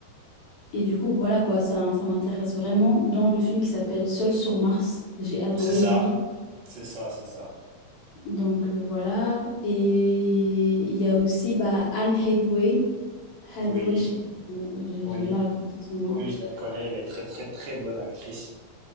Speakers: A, on the left (about 65°); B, on the right (about 75°).
A: et du coup, voilà quoi, ça, ça m'intéresse vraiment. Dans le film qui s'appelle Seul sur Mars, j'ai adoré
B: C'est ça,
A: lui.
B: c'est ça, c'est ça.
A: Donc euh, voilà. Et il y a aussi bah, Anne Hathaway. Hathaway,
B: Oui,
A: je sais pas comment, j'ai
B: oui,
A: j'ai du mal à prononcer son nom.
B: oui, je la connais. Elle est très, très, très bonne actrice.